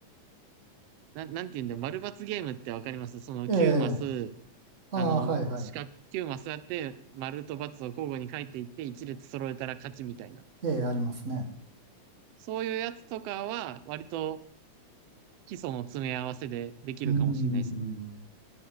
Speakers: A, on the right (about 80°); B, on the right (about 40°).
A: な、なんて言うんだ、丸×ゲームってわかりますその9マス、
B: ええ、ああ、
A: あの、
B: はいはい。
A: 四角9マスやって、丸と×を交互に書いていって、一列揃えたら勝ちみたいな。
B: ええ、ありますね。
A: そういうやつとかは、割と基礎の詰め合わせでできるかもしれないですね。
B: うん。